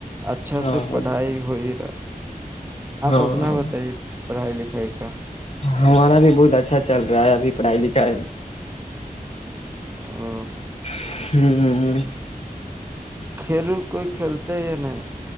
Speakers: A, on the right; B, on the left.
A: اچھا
B: ہے ہاں
A: سے پڑھائی ہوئی رہا
B: ہاں
A: آپ اپنا بتائیے پڑھائی لکھائی کا
B: ہمارا بھی بہت اچھا چل رہا ہے ابھی پڑھائی لکھائی
A: ہ
B: ہوں ہ ہ
A: کھیلون کوئی کھیلتا ہے یا نہیں